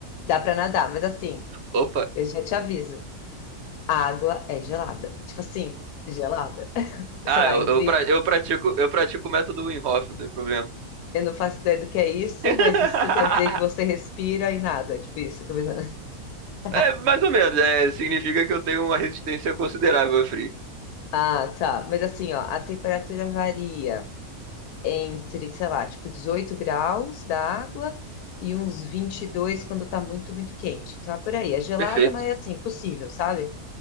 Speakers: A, on the left (about 90°); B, on the right (about 55°).
A: Dá para nadar, mas assim,
B: opa.
A: eu já te aviso, a água é gelada. Tipo assim, gelada. <laughs>
B: Ah,
A: Sei lá,
B: eu,
A: entre.
B: eu, pra- eu pratico, eu pratico o método Wim Hof, não tem problema.
A: Eu não faço ideia do que é isso,
B: <laughs>
A: mas isso quer dizer que você respira e nada. Tipo isso, tô pensando. <laughs>
B: É, mais ou menos, é, significa que eu tenho uma resistência considerável a frio.
A: Ah, tá. Mas assim, ó, a temperatura varia. entre, sei lá, tipo 18 graus da água e uns 22 quando tá muito, muito quente. Então é por aí. É gelada,
B: Perfeito.
A: mas é assim, possível, sabe?